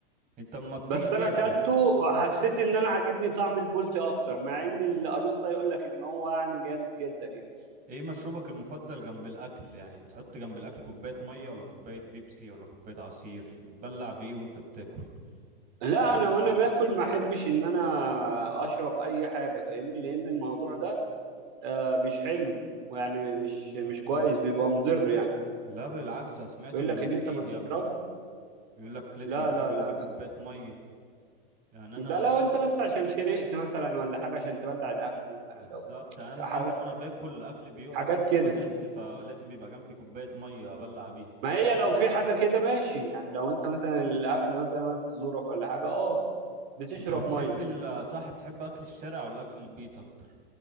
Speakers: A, on the right; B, on the right.
A: انت اما بتيجي
B: بس
A: تاكل
B: أنا كلته وحسيت إن أنا عاجبني طعم البولتي أكتر مع إن الأرز ده يقول لك إن هو يعني جامد جدا يعني
A: ايه مشروبك المفضل جنب الاكل يعني بتحط جنب الاكل كوباية مية ولا كوباية بيبسي ولا كوباية عصير بتبلع بايه وانت بتاكل
B: لا
A: يعني
B: أنا وأنا باكل ما أحبش إن أنا أشرب أي حاجة فاهمني لأن الموضوع ده آه، مش حلو ويعني مش مش كويس بيبقى مضر يعني
A: لا بالعكس انا سمعت
B: يقول
A: انه
B: لك
A: مفيد
B: إن أنت ما تشربش
A: يا ابني بيقول لك لازم
B: لا
A: يبقى
B: لا
A: جنبيك
B: لا
A: كوباية مية يعني انا
B: ده لو انت بس عشان شرقت مثلا ولا حاجه عشان تبلع الاكل مثلا
A: بالظبط
B: لو
A: يعني انا
B: ح-
A: دايما وانا باكل الاكل بيقف
B: حاجات
A: وهو
B: كده
A: نازل فلازم بيبقى جنبي كوباية مية ابلع بيها
B: ما هي لو في حاجه كده ماشي يعني لو انت مثلا الاكل مثلا وقت زورك ولا حاجه اه بتشرب
A: انت بتحب
B: ميه
A: ال- صح بتحب اكل الشارع ولا اكل البيت اكتر